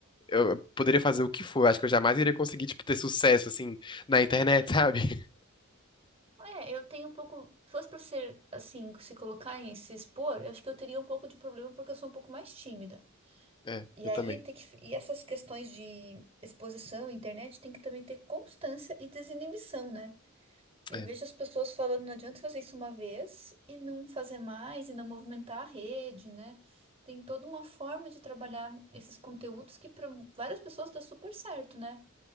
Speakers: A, on the left (about 20°); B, on the right (about 30°).
A: eu poderia fazer o que for. Acho que eu jamais iria conseguir, tipo, ter sucesso, assim, na internet, sabe? <laughs>
B: É, eu tenho um pouco. Se fosse pra ser assim, se colocar em se expor, eu acho que eu teria um pouco de problema porque eu sou um pouco mais tímida.
A: É,
B: E
A: eu
B: aí
A: também.
B: tem que, e essas questões de exposição, internet, tem que também ter constância e desinibição, né? Eu
A: É,
B: vejo as pessoas falando, não adianta fazer isso uma vez e não fazer mais e não movimentar a rede, né? Tem toda uma forma de trabalhar esses conteúdos que para várias pessoas dá super certo, né?